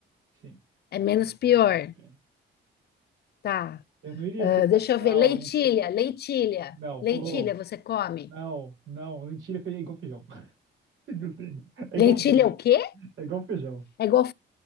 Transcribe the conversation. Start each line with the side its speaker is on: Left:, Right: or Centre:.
Right: Sim.
Left: é menos pior,
Right: É.
Left: tá?
Right: Eu não iria,
Left: Ah,
Right: sei lá,
Left: deixa
Right: pegar
Left: eu ver. Lentilha,
Right: um.
Left: lentilha,
Right: Não,
Left: lentilha,
Right: oh,
Left: você come?
Right: não, não. Mentira, fe- é igual feijão. <laughs> Meu Deus. É igualzinho.
Left: Lentilha é o quê?
Right: É igual feijão.
Left: É igual.